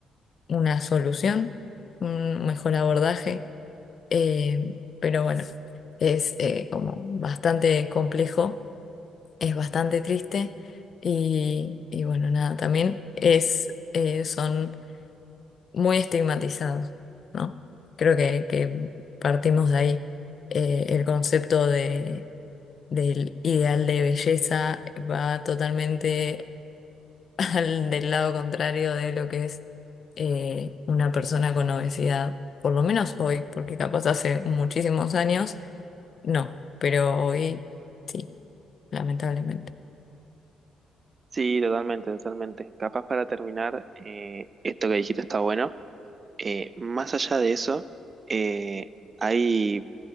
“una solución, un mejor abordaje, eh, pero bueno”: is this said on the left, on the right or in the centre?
Left